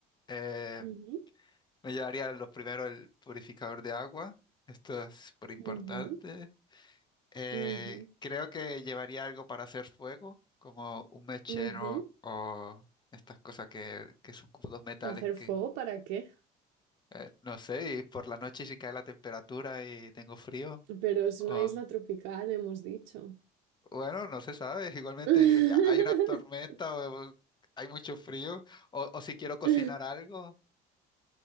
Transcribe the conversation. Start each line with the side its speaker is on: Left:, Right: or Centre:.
Left: Eh,
Right: Ujú,
Left: me llevaría lo primero el purificador de agua. Esto es súper importante.
Right: ujú,
Left: Eh,
Right: ujú,
Left: creo que llevaría algo para hacer fuego, como un mechero
Right: ujú.
Left: o estas cosas que, que son como dos metales
Right: ¿Hacer
Left: que
Right: fuego para qué?
Left: Eh, no sé, y por la noche si cae la temperatura y tengo frío,
Right: Pero es
Left: o
Right: una isla tropical, hemos dicho.
Left: bueno, no se sabe, <laughs> igualmente
Right: <laughs>
Left: a- hay una tormenta o hay mucho frío, o, o si quiero cocinar
Right: ¿Qué,
Left: algo,